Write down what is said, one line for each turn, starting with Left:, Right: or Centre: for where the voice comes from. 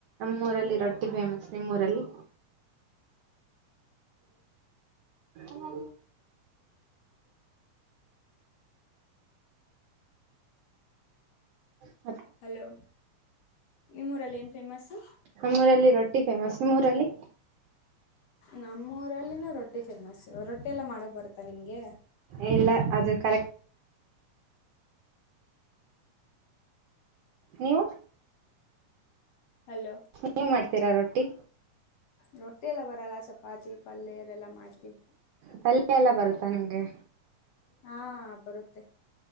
Right: ನಿಮ್ಮೂರಲ್ಲಿ ರೊಟ್ಟಿ ಫೇಮಸ್ ನಿಮ್ಮೂರಲ್ಲಿ ಾ ಪ
Left: ಹಲೋ ನಿಮ್ಮೂರಲ್ಲಿ ಏನ್ ಫೇಮಸ್ಸು
Right: ನಮ್ಮೂರಲ್ಲಿ ರೊಟ್ಟಿ ಫೇಮಸ್ ನಿಮ್ಮೂರಲ್ಲಿ
Left: ನಮ್ಮೂರಲ್ಲಿನೂ ರೊಟ್ಟಿ ಫೇಮಸ್ ರೊಟ್ಟಿ ಎಲ್ಲ ಮಾಡಕ್ ಬರುತ್ತಾ ನಿಮ್ಗೆ
Right: ಎಲ್ಲ ಅದು ಕರೆಕ್ಟ್ ನೀವು
Left: ಹಲೋ
Right: ನೀವು ಮಾಡ್ತೀರಾ ರೊಟ್ಟಿ
Left: ರೊಟ್ಟಿ ಎಲ್ಲ ಬರಲ್ಲ ಚಪಾತಿ ಪಲ್ಯ ಅದೆಲ್ಲ ಮಾಡ್ತೀವಿ
Right: ಪಲ್ಲಯ ಎಲ್ಲ ಬರುತ್ತಾ ನಿಂಗೆ
Left: ಹಾ ಬರುತ್ತೆ